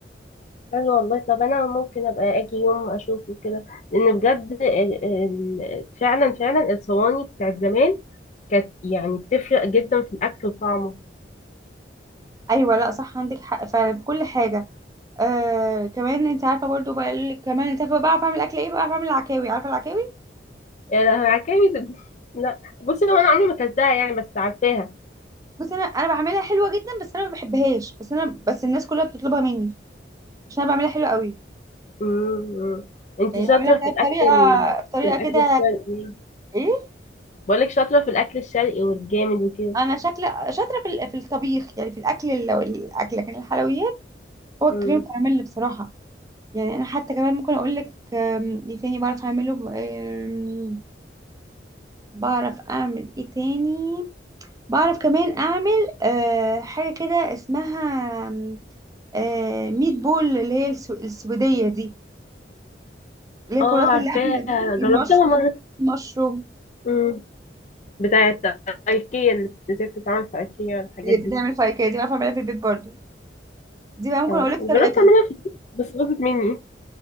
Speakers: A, on the left; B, on the right.
A: حلو والله طب انا ممكن ابقى اجي يوم اشوفه كده لان بجد ال- ال- فعلا فعلا الصواني بتاعت زمان كانت يعني بتفرق جدا في الاكل وطعمه
B: ايوه لا صح عندك حق فعلا في كل حاجه آه كمان انت عارفه برضه بقى ال- كمان انت عارفه بقى، بعرف اعمل اكل ايه بقى، بعرف اعمل العكاوي عارفه العكاوي
A: يا لهوي عكاوي ده- لا بصي هو انا عمري ما اكلتها يعني بس عارفاها
B: بس انا انا بعملها حلوه جدا بس انا ما بحبهاش بس انا بس الناس كلها بتطلبها مني عشان انا بعملها حلوه قوي
A: امم انت
B: يعني
A: شاطره
B: بعملها
A: في
B: كده بطريقه
A: الاكل ال-
B: بطريقه
A: في الاكل
B: كده
A: الشرقي
B: ايه
A: بقولك شاطره في الاكل الشرقي والجامد وكده
B: انا شكل شاطره في ال- في الطبيخ يعني في الاكل ال- الاكل لكن الحلويات هو الكريم
A: امم
B: كراميل بصراحه يعني انا حتى كمان ممكن اقول لك أم، ايه تاني بعرف اعمله أم، بعرف اعمل ايه تاني بعرف كمان اعمل أه حاجه كده اسمها أم، أه ميت بول اللي هي السو- السويديه دي اللي هي
A: اه
B: كرات
A: عارفاها
B: اللحمه دي المشروم
A: جربتها مره
B: مشروم
A: امم بتاعه ايكيا اللي ازاي بتتعمل في ايكيا والحاجات
B: اللي
A: دي
B: بتتعمل فايكيه دي بعرف اعملها في البيت برضو دي بقى ممكن
A: اه
B: اقول لك
A: جربت
B: طريقتها
A: اعملها في البيت بس باظت مني